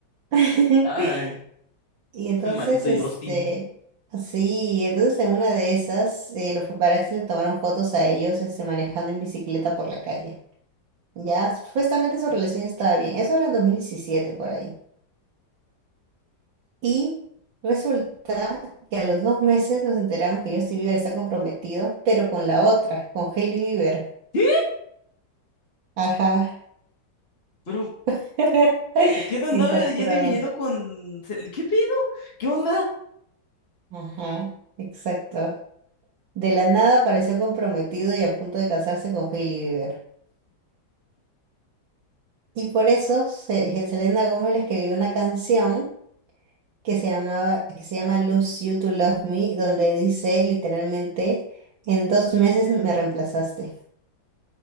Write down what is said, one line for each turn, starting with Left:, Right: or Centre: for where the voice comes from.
Right: <laughs>
Left: Ay,
Right: Y entonces,
Left: <laughs> maldito
Right: este,
Left: Justin.
Right: sí, entonces en una de esas, eh, los paparazzi le tomaron fotos a ellos, este, manejando en bicicleta por la calle. Ya, supuestamente su relación estaba bien. Eso era en 2017 por ahí. Y resulta que a los dos meses nos enteramos que Justin Bieber está comprometido, pero con la otra, con Hailey Bieber.
Left: ¿Qué?
Right: Ajá.
Left: ¿Pero
Right: <laughs>
Left: quién andaba
Right: Impactado.
Left: yendo y viniendo con... Sel- ¿Qué pedo? ¿Qué onda?
Right: Ajá, exacto. De la nada apareció comprometido y a punto de casarse con Hailey Bieber. Y por eso Se- Selena Gómez le escribió una canción que se llamaba, que se llama Lose You to Love Me, donde dice literalmente, en dos meses me reemplazaste.